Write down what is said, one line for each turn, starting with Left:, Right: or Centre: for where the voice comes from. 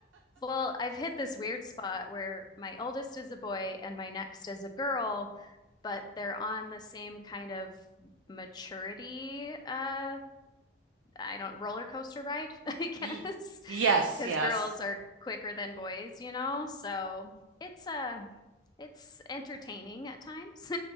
Left: Well, I've hit this weird spot where my oldest is a boy and my next is a girl, but they're on the same kind of maturity, uh, I don't, roller coaster ride, <laughs> I guess,
Right: Ye- Yes,
Left: because
Right: yes.
Left: girls are quicker than boys, you know? So it's uh it's entertaining at times <laughs>